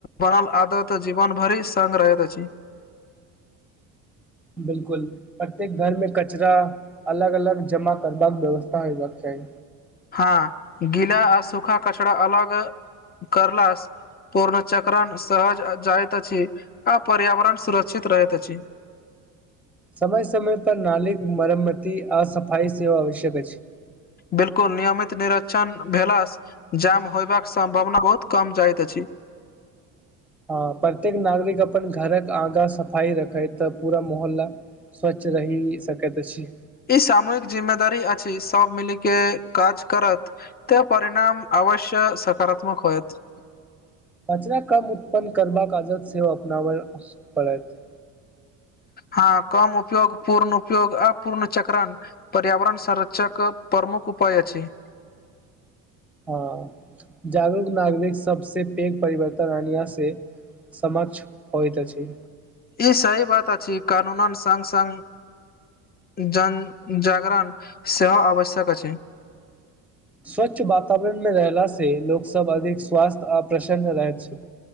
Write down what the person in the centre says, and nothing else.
बिल्कुल प्रत्येक घर मे कचरा अलग अलग जमा करबाक व्यवस्था होबाक चाहि
समय समय पर नलिक मरम्मति आ सफाइ सेवा आवश्यक अछि
हँ प्रत्येक नागरिक अपन घरक आगा सफाई रखैत तऽ पूरा मोहल्ला स्वच्छ रहि सकैत अछि
कचरा कम उत्पन्न करबाक आदत से ओ अपनाबय पड़त
ह जागरूक नागरिक सबसे पैघ परिवर्तन अनिया से समक्ष होइत अछि
स्वच्छ वातावरण मे रहला से लोक सब अधिक स्वास्थ्य आ प्रसन्न रहैत छै